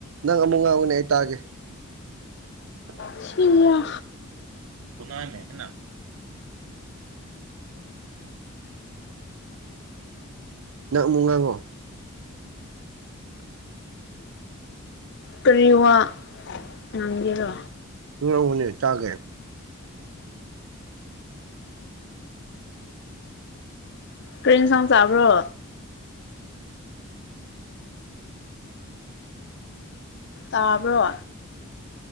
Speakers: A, on the right (about 65°); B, on the left (about 55°).
A: ꯅꯪ ꯑꯃꯨꯛ ꯉꯥꯡꯉꯣꯅꯦ ꯑꯩ ꯇꯥꯒꯦ ꯑ
B: ꯁꯤꯌꯥ
A: <unintelligible> ꯉꯪꯃꯨꯛ ꯉꯥꯡꯉꯣ
B: ꯀꯔꯤꯋꯥ ꯉꯥꯡꯒꯦꯔꯣ
A: ꯉꯥꯡꯉꯛꯎꯅ‌ꯦ ꯇꯥꯒ‌ꯦ
B: ꯀꯔꯤ ꯏꯟꯁꯥꯡ ꯆꯕꯔꯣ ꯇꯥꯕ꯭ꯔꯣ